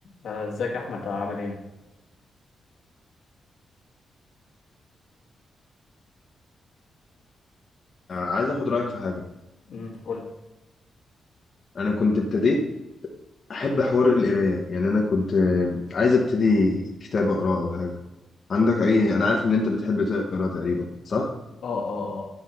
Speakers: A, on the left; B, on the left.
A: آه، ازيك يا احمد عامل ايه
B: عايز اخد رايك في حاجه
A: امم قول لي.
B: انا كنت ابتديت احب حوار القرايه يعني انا كنت آه، عايز ابتدي كتاب اقراه او حاجه عندك اي انا عارف ان انت بتحب تقرا تقريبا صح
A: اه اه